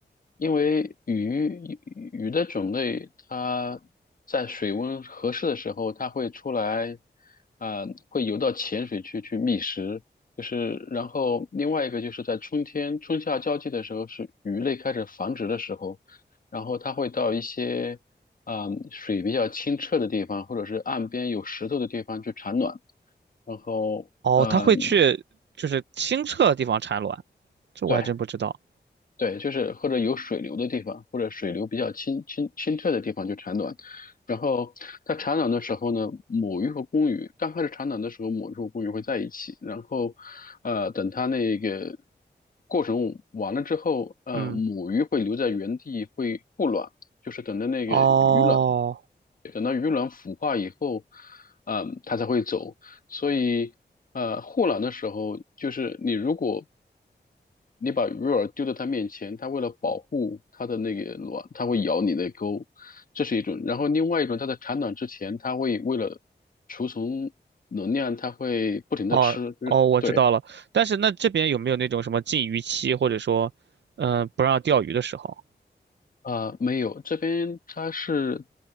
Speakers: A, on the left; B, on the right.
A: 因为鱼鱼鱼的种类，它在水温合适的时候，它会出来，呃，会游到浅水区去觅食。就是，然后另外一个就是在春天春夏交际的时候，是鱼类开始繁殖的时候，然后它会到一些，嗯、水比较清澈的地方，或者是岸边有石头的地方去产卵。然后，
B: 哦，
A: 嗯、
B: 它会去就是清澈的地方产卵，这我还真不知道。
A: 对，对，就是或者有水流的地方，或者水流比较清清清澈的地方就产卵。然后它产卵的时候呢，母鱼和公鱼刚开始产卵的时候，母鱼和公鱼会在一起。然后，呃，等它那个过程完了之后，呃，
B: 嗯，
A: 母鱼会留在原地，会护卵，就是等着那个鱼卵。
B: 哦。
A: 等到鱼卵孵化以后，嗯，它才会走。所以，呃，护卵的时候，就是你如果你把鱼饵丢在它面前，它为了保护它的那个卵，它会咬你的钩，这是一种。然后另外一种，它在产卵之前，它会为了储存能量，它会不停的吃，
B: 哦哦，
A: 就是对。
B: 我知道了。但是那这边有没有那种什么禁渔期，或者说，嗯、不让钓鱼的时候？
A: 啊、没有，这边它是